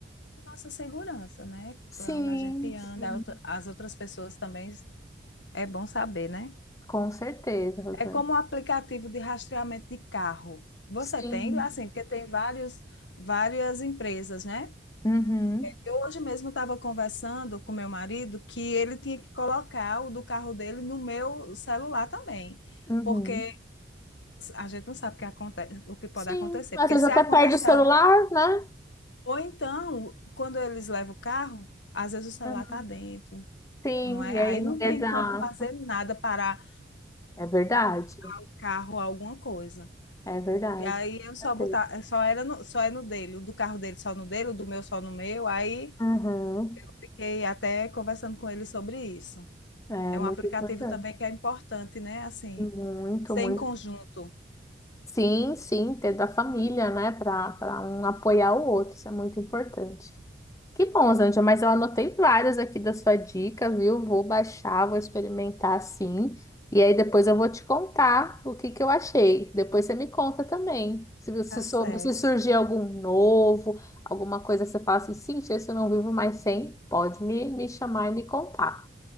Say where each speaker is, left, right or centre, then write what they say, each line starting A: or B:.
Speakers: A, on the left (about 85°); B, on the left (about 20°).
A: nossa segurança, né?
B: Sim,
A: Para onde a gente
B: Sim.
A: anda, as outras pessoas também é bom saber, né?
B: Com certeza, Rosane.
A: É como um aplicativo de rastreamento de carro. Você
B: Sim.
A: tem, assim, porque tem vários, várias empresas, né?
B: Uhum,
A: Eu hoje mesmo estava conversando com meu marido que ele tinha que colocar o do carro dele no meu celular também
B: uhum.
A: porque a gente não sabe o que acontece, o que pode
B: Sim.
A: acontecer.
B: Às
A: Porque
B: vezes
A: se
B: até
A: acontecer
B: perde o celular,
A: algo,
B: né?
A: ou então, quando eles levam o carro, às vezes o celular
B: Uhum.
A: está dentro,
B: Sim,
A: não é?
B: e
A: Aí
B: aí
A: não
B: não. Exato.
A: tem como fazer nada para
B: É verdade.
A: o carro alguma coisa.
B: É verdade.
A: E aí eu só
B: Com
A: botar,
B: certeza.
A: só era no, só é no dele, o do carro dele só no dele, o do meu só no meu. Aí
B: Uhum.
A: eu fiquei até conversando com ele sobre isso.
B: É
A: É
B: muito
A: um aplicativo
B: importante.
A: também que é importante, né? Assim,
B: Muito,
A: ser
B: muito.
A: em conjunto.
B: Sim, sim, ter da família, né? Para para um apoiar o outro, isso é muito importante. Que bom, Zândia, mas eu anotei várias aqui da sua dica, viu? Vou baixar, vou experimentar sim. E aí depois eu vou te contar o que que eu achei. Depois você me conta também. Se, se,
A: Tá
B: sou-
A: certo.
B: se surgir algum novo, alguma coisa que você fala assim, sim, esse eu não vivo mais sem, pode me, me chamar e me contar.